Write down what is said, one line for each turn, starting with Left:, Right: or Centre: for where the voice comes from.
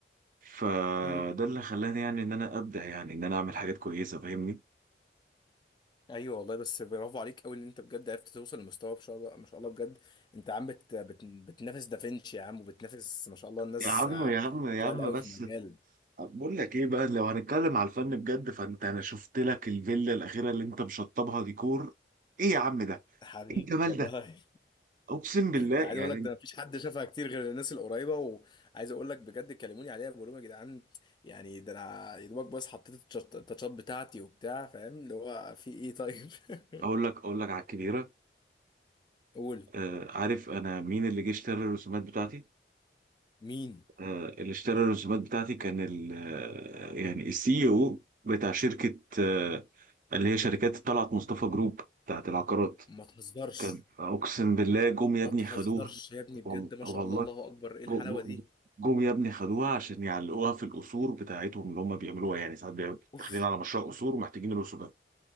Right: فده
Left: امم
Right: اللي خلاني يعني ان انا ابدع يعني ان انا اعمل حاجات كويسة فاهمني؟
Left: ايوه والله بس برافو عليك قوي ان انت بجد عرفت توصل لمستوى ما شاء الله ما شاء الله بجد انت عم بت... بت... بتنافس دافنشي يا عم وبتنافس ما شاء الله الناس
Right: يا عم
Left: آه،
Right: يا عم يا
Left: تقال
Right: عم
Left: قوي
Right: بس
Left: في المجال
Right: طب بقول لك ايه بقى لو هنتكلم على الفن بجد فانت انا شفت لك الفيلا الاخيره اللي انت مشطبها ديكور ايه يا عم ده
Left: حبيبي
Right: ايه الجمال
Left: والله
Right: ده اقسم بالله
Left: ده
Right: يعني
Left: عايز اقول لك ده مفيش حد شافها كتير غير الناس القريبه وعايز اقول لك بجد كلموني عليها بقول لهم يا جدعان يعني ده انا يا دوبك بس حطيت التاتش- التاتشات بتاعتي وبتاع فاهم اللي هو في ايه طيب <laughs>
Right: اقول لك اقول لك على الكبيره
Left: قول
Right: آه عارف انا مين اللي جه اشترى الرسومات بتاعتي
Left: مين
Right: آه اللي اشترى الرسومات بتاعتي كان ال آه، يعني السي او بتاع شركه آه اللي هي شركات طلعت مصطفى جروب بتاعت العقارات
Left: ما تهزرش
Right: كان اقسم بالله جم يا
Left: ما
Right: ابني
Left: تهزرش
Right: خدوها
Left: يا ابني بجد
Right: وال-
Left: ما
Right: والله
Left: شاء الله الله اكبر ايه الحلاوه
Right: جو- جو-
Left: دي
Right: جم يا ابني خدوها عشان يعلقوها في القصور بتاعتهم اللي هم بيعملوها يعني ساعات بيعملوا
Left: اوف
Right: داخلين على مشروع قصور ومحتاجين القصور ده